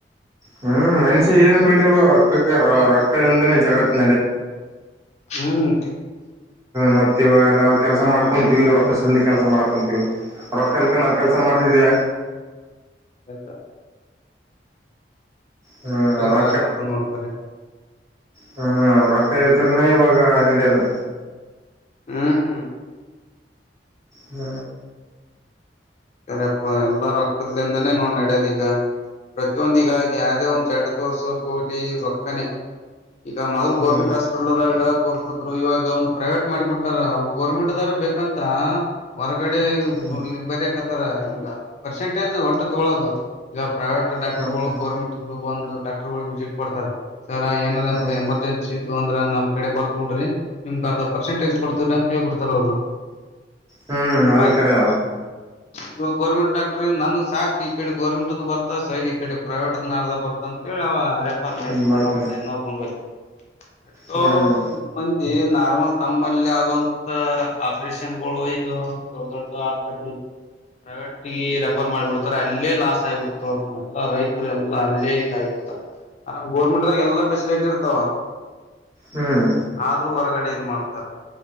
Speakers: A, on the right (about 20°); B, on the left (about 40°).
A: ಹ್ಮ್ ಮನುಷ್ಯನ್ ಪೇ ರೊ ರೊಕ್ಕ ಎ ಜಗತ್
B: ಹ್ಮ್
A: ಮತ್ತತ್ ಇವಾಗ ನಾವವು ಕೆಲಸ ಮಾಡ್ಕೊಂತೀವಿ ರೊಕ್ಕಸದಿಂದ ಕೆಲಸ ಮಾಡ್ಕೊಂತೀವಿ ರೊಕ್ಕಲ್ಕ ನಾವವು ಕೆಲ್ಸ ಮಾಡ್ತಿದ್ವಿ
B: ಇಲ್ಲ
A: ಹ್ಮ್
B: ತರ ಇದ
A: ರ
B: ಹಾಕತ್ತ ನೋಡ್ ಬರಿ
A: ಹ್ಮ್ ಕೈತರಿನ ಯೋಗ ಆಾಣಿಡೇದು
B: ಹ್ಮ್ ಹ್ಮ
A: ಹ್ಮ
B: ಸರಿಪ್ಪಾ ಎಲ್ಲ ರೊಕ್ಕದಲಿಂದಾನೇ ನೋಡ್ ನಡ್ಯದ ಈಗ ಪ್ರತಿಯೊಂದ ಈಗ ಯಾವುದೇ ಒಂದ್ ಚಡ್ ತೋರ್ಸಕ್ ಹೋಗ್ಲಿ ರೊಕ್ಕನೆ ಈಗ ಮೊದಲು
A: ಹ್ಮ್
B: ಗವರ್ಮೆಂಟ್ ಹಾಸ್ಪಿಟಲ್ದಾಗ ತೋರ್ಸಿದ್ರು ಇವಾಗ ಒಂದು ಪ್ರೈವೇಟ್ ಮಾಡಿಬಿಟ್ಟಾರ ಗರ್ಮೆಂಟ್ ದಾರ ಬೇಕಂತ ಹೊರಗಡೆ
A: ಹ್ಮ್
B: ಬರಕತ್ತರ ಹಂಗ ಪರ್ಸೆಂಟೇಜ್ ಒಟ್ಟು ತಗೊಳ್ಳೋದು ಈಗ ಪ್ರೈವೇಟ್ ಡಾಕ್ಟರ್
A: ಹ್ಮ್
B: ಗಳು ಗೋರ್ಮೆಂಟ್ ಬಂದು ಡಾಕ್ಟರ್ ವಿಸಿಟ್ ಕೊಡ್ತಾರೆ ಸರ ಏನ
A: ಹ್ಮ್
B: ಅಂತ ಎಮರ್ಜೆನ್ಸಿ ಅಂದ್ರ ನಮ್ ಕಡೆ ಬರ್ದ್ ಬಿಡ್ರಿ ನಿಮ್ ಕದ ಪರ್ಸೆಟೇಜ್ ಕೊಡ್ತವ್ರರಿ ಅಂತ ಹೇಳ್ಬಿಡ್ತಾರ ಅವರು
A: ಹ್ಮ್
B: ಹಾ
A: ಅದಕ್ಕರೆ
B: ಇವ ಗೌರ್ಮೆಂ ಡಾಟ್ರ ನನ್ಗ್ ಸಾಕಕ್ ಈ ಕಡೆ ಗೋರ್ಮೆಂಟ್ ಬರ್ತಾ ಸೈಡ್ಿಗೆ ಕಡೆ ಪ್ರೈವೇಟ್ ಅದ ಅರ್ಧ ಬರ್ತ ಅಂತೇಳಿ ಅವ ರೆಫರ್ ಮಾಡಿಬಿಡ್ತೆ
A: ಹ್ಮ್ ಬರ್ತೀನಿ
B: ಮತ್ತೆ ನಬ್ಬಂಬಲ್ಲಿ ಎಷ್ಟೋ
A: ಹ್ಮ್
B: ಮಂದಿ ನಾರ್ಮಲ್ ತಮ್ಮಲ್ಲಿ ಆಗೋಂತ ಆಪರೇಷನ್ಗಳು ಒಯದು ದೊಡ್ ದೊಡ್ಡ ಹಾಸ್ಪಿಟ್ಲ್ ಪ್ರೈವೇಟ್ಗ ರೆಫರ್ ಮಾಡಿಬಿಡ್ತಾರೆ ಅಲ್ಲೇ ಲಾಸ್ ಆಗಿಬಿಡ್ತು ಎಲ್ಲಾ ರೈತರು ಎಲ್ಲಾ ಅಲ್ಲೇ ಡ್ತಾರರಾಮ್ ಗೋರ್ಮೆಂಟ್ಾಗ ಎಲ್ಲಾ ಫೆಸಿಲಿಟಿ ಇರ್ತಾವ
A: ಹ್ಮ್
B: ಆದ್ರೂ ಹೊರಗಡೆ ಇದು ಮಾಡುತ್ತಾರ